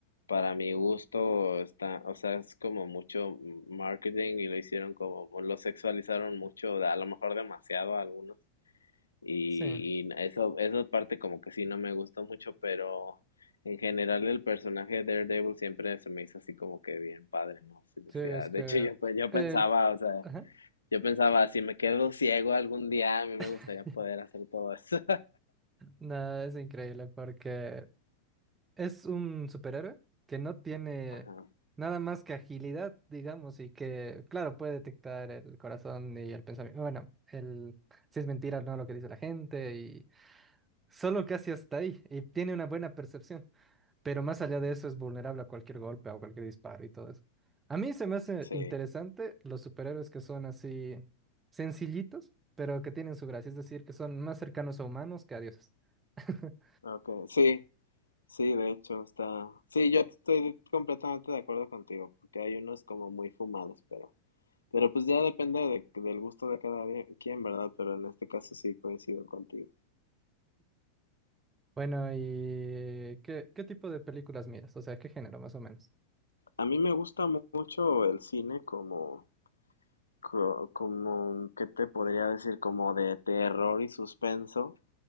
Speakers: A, on the left; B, on the right.
A: para mi gusto está, o sea, es como mucho marketing y lo hicieron como, lo sexualizaron mucho, a lo mejor demasiado a algunos. Y,
B: Sí,
A: y eso, esa parte como que sí no me gustó mucho, pero en general el personaje de Daredevil siempre se me hizo así como que bien padre, ¿no? Así decía,
B: sí, es
A: de
B: que
A: hecho yo, pues, yo
B: el...
A: pensaba, o sea,
B: Ajá.
A: yo pensaba, si me quedo ciego algún día, a mí me
B: <laughs>
A: gustaría poder hacer todo eso.
B: No, es increíble porque Es un superhéroe que no tiene
A: <laughs> Ajá,
B: nada más que agilidad, digamos, y que, claro, puede detectar el corazón y el pensamiento. Bueno, el si es mentira o no lo que dice la gente, y solo casi hasta ahí, y tiene una buena percepción, pero más allá de eso es vulnerable a cualquier golpe o cualquier disparo y todo eso. A mí se me hace
A: sí,
B: interesante los superhéroes que son así sencillitos, pero que tienen su gracia, es decir, que son más cercanos a humanos que a dioses. <laughs>
A: okay sí, sí, de hecho está, sí, yo estoy completamente de acuerdo contigo, porque hay unos como muy fumados, pero, pero pues ya depende de- del gusto de cada vi- quien, ¿verdad? Pero en este caso sí coincido contigo.
B: Bueno, ¿y qué, qué tipo de películas miras? O sea, ¿qué género más o menos?
A: A mí me gusta mucho el cine como, co- como, ¿qué te podría decir? Como de terror y suspenso,